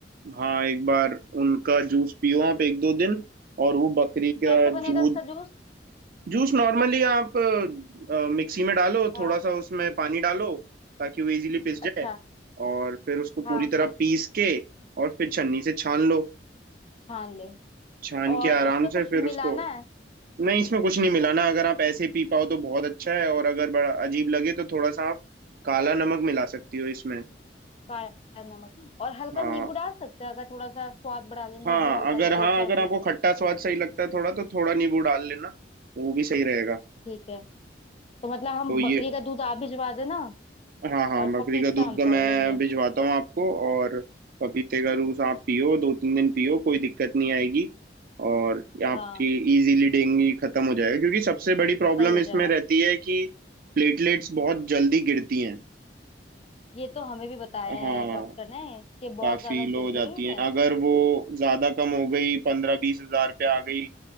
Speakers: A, on the right; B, on the left.
A: हाँ एक बार उनका जूस पियो आप एक दो दिन और वो बकरी
B: कैसे
A: का
B: बनेगा
A: दूध
B: इसका जूस
A: जूस नॉर्मली आप अ, मिक्सी में डालो
B: हाँ
A: थोड़ा सा उसमें पानी डालो ताकि वो इजीली पिस जाए
B: अच्छा
A: और फिर उसको पूरी
B: हाँ
A: तरह पीस के और फिर छन्नी से छान लो
B: छान ले
A: छान
B: और
A: के आराम
B: इसमें कुछ
A: से फिर
B: मिलाना
A: उसको
B: है
A: नहीं इसमें कुछ नहीं मिलाना अगर आप ऐसे पी पाओ तो बहुत अच्छा है और अगर बड़ा अजीब लगे तो थोड़ा सा आप काला नमक मिला सकती हो इसमें
B: काला नमक और हल्का
A: हाँ
B: नींबू डाल सकते हैं अगर थोड़ा सा स्वाद बढ़ा ले
A: हाँ
B: नींबू हल्का
A: अगर
B: सा
A: हाँ
B: दो चार
A: अगर आपको
B: बूंद
A: खट्टा स्वाद सही लगता है थोड़ा तो थोड़ा नींबू डाल लेना वो भी सही रहेगा
B: ठीक है तो मतलब हम
A: तो ये
B: बकरी का दूध आप भिजवा देना
A: हाँ हाँ
B: और
A: बकरी
B: पपीता
A: का दूध
B: हम
A: का मैं
B: तोड़ लेंगे
A: भिजवाता हूँ आपको और पपीते का जूस आप पियो दो तीन दिन पियो कोई दिक्कत नहीं आएगी और ये आपकी
B: हाँ
A: इजीली डेंगू खत्म हो जाएगा क्योंकि सबसे बड़ी प्रॉब्लम
B: सही हो
A: इसमें
B: जाएगा
A: रहती है कि प्लेटलेट्स बहुत जल्दी गिरती हैं
B: ये तो हमें भी बताया
A: हाँ
B: है डॉक्टर ने कि बहुत
A: काफी
B: ज्यादा गिर
A: लो हो
B: गई
A: जाती हैं
B: है
A: अगर वो ज्यादा कम हो गई पंद्रह बीस हजार पे आ गई